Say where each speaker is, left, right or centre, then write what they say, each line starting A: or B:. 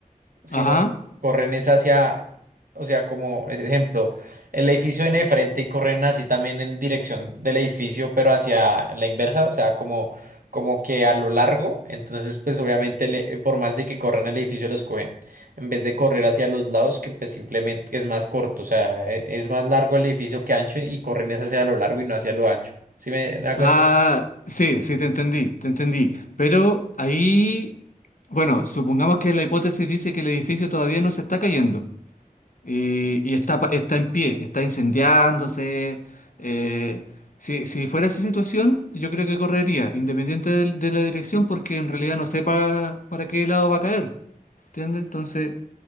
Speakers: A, on the right (about 85°); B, on the left (about 70°).
A: sino
B: Ajá.
A: corren es hacia, o sea, como es- ejemplo, el edificio viene de frente y corren así también en dirección del edificio, pero hacia la inversa, o sea, como, como que a lo largo, entonces pues obviamente le- eh, por más de que corran el edificio los cogen, en vez de correr hacia los lados, que pues simplemente es más corto, o sea, e- es más largo el edificio que ancho y corren es hacia lo largo y no hacia lo ancho. ¿Sí me, me hago
B: Ah,
A: entender?
B: sí, sí, te entendí, te entendí. Pero ahí, bueno, supongamos que la hipótesis dice que el edificio todavía no se está cayendo. Y, y está, está en pie, está incendiándose. eh, si, si fuera esa situación, yo creo que correría, independiente del- de, la dirección, porque en realidad no sé para, para qué lado va a caer. ¿Entiendes? Entonces,